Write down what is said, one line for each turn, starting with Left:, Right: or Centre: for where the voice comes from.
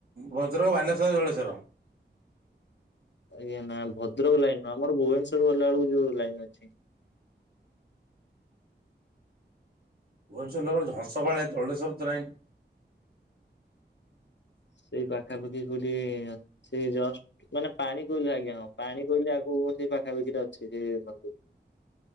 Right: ଭଦ୍ରକ ବାଲେଶ୍ୱର ଜଳେଶ୍ୱର।
Left: ଆଜ୍ଞା ନା ଭଦ୍ରକ ଲାଇନ ଆମର ଭୁବନେଶ୍ୱର ଗଲାବେେଳକୁ ଯୋଉ ଲାଇନ ଅଛି।
Right: ଭୁବନେଶ୍ୱର ଗଲା ବେଳେ ହଂସପାଳ ଜଳେଶ୍ୱର ତ ନାହିଁ।
Left: ସେଇ ପାଖାପାଖି କୋଉଠି ଅଛି ସେ ଜଷ୍ଟ ମାନେ ପାଣି କୋଇଲିୁ ଆଜ୍ଞା ହଁ ପାଣି କୋଇଲିି ଆଗକୁ ସେଇ ପାଖାପାଖିରେ ଅଛି ସେ ମନ୍ଦିର।